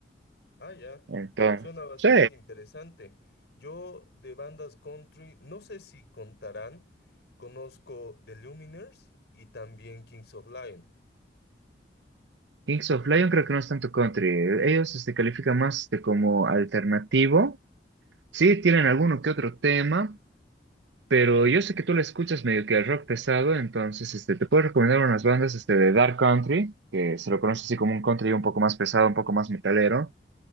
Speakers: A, on the left; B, on the right.
A: Ah, ya.
B: Entonces,
A: Suena bastante
B: sí,
A: interesante. Yo de bandas country, no sé si contarán, conozco The Lumineers y también Kings of Lion.
B: Kings of Leon creo que no es tanto country. Ellos este, califican más de como alternativo. Sí, tienen alguno que otro tema, pero yo sé que tú le escuchas medio que el rock pesado, entonces este, te puedo recomendar unas bandas este, de Dark Country, que se lo conoce así como un country un poco más pesado, un poco más metalero.